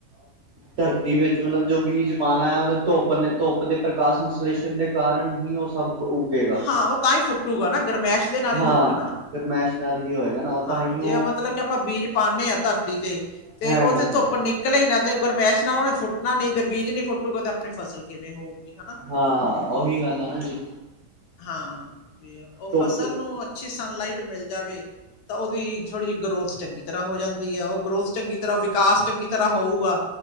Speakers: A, on the right; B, on the left.
A: ਧਰਤੀ ਵਿੱਚ ਮਤਲਬ ਜੋ ਬੀਜ ਪਾਉਣਾ ਹੈ। ਉਹਦੇ ਧੁੱਪ ਨੇ ਧੁੱਪ ਦੇ ਪ੍ਰਕਾਸ਼ ਸੰਸ਼ਲੇਸ਼ਣ ਦੇ। ਕਾਰਨ ਹੀ ਉਹ ਸਭ ਉੱਗੇਗਾ
B: ਹਾਂ ਉਹ ਤਾਂ ਹੀ ਫੁੱਟੂਗਾ ਨਾ ਗਰਮੈਸ਼। ਦੇ ਨਾਲ ਹੀ
A: ਹਾਂ
B: ਹੋਊਗਾ ਨਾ
A: ਗਰਮੈਸ਼ ਨਾਲ ਹੀ ਹੋਏਗਾ। ਨਾ ਤਾਂ
B: ਹਾਂ
A: ਹੀ
B: ਜੇ
A: ਉਹ
B: ਮਤਲਬ ਕਿ ਆਪਾਂ ਬੀਜ ਪਾਉਦੇ ਹਾਂ ਧਰਤੀ ਤੇ ਤੇ
A: ਹਾਂ
B: ਉਹ
A: ਹਾਂ
B: ਤੇ ਧੁੱਪ।
A: ਹਾਂ
B: ਨਿਕਲੇ ਨਾ ਤੇ ਗੁਰਮੈਸ਼ ਨਾਲ ਉਹਨੇ ਫੁੱਟਣਾ ਨ ਤੇ ਬੀਜ ਨੀ ਫੁੱਟੂਗਾ ਤੇ ਆਪਣੀ ਫਸਲ ਕਿਵੇਂ ਹੋਊਗੀ ਹਨਾ।
A: ਹਾਂ ਉਹੀ ਗੱਲ ਆ ਨਾ ਜੀ।
B: ਹਾਂ ਵੀ ਉਹ
A: ਧੁੱਪ
B: ਫਸਲ ਨੂੰ ਅੱਛੀ ਸਨਲਾਈਟ ਮਿਲ ਜਾਵੇ। ਤਾਂ ਉਹਦੀ ਥੋੜੀ ਜਿਹੀ ਗਰੋਥ ਚੰਗੀ ਤਰ੍ਹਾਂ ਹੋ ਜਾਂਦੀ ਹੈ ਉਹ ਗਰੋਥ ਚੰਗੀ ਤਰ੍ਹਾਂ। ਵਿਕਾਸ ਚੰਗੀ ਤਰ੍ਹਾਂ ਹੋਊਗਾ